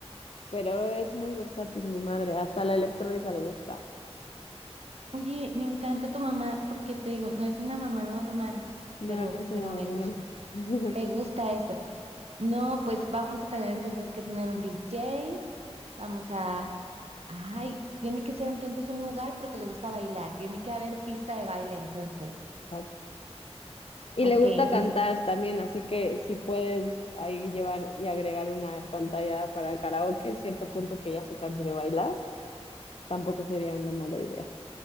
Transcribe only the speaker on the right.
Oye, me encanta tu mamá porque te digo, no es una mamá normal,
pero,
pero me
gusta.
Me gusta eso. No, pues vamos a tener entonces que tener un DJ. Vamos a... Ay, tiene que ser entonces un lugar porque le gusta bailar. Tiene que haber pista de baile entonces.
Ok,
entonces,